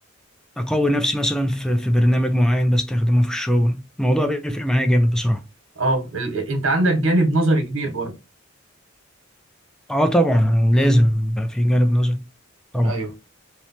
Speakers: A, in the centre; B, on the right (about 75°).
A: اقوي نفسي مثلا في في برنامج معين بستخدمه في الشغل الموضوع بيفرق معايا جامد بصراحة
B: اه ال... انت عندك جانب نظري كبير برضه
A: اه طبعا
B: امم
A: لازم يبقى في جانب نظر طبعا
B: ايوه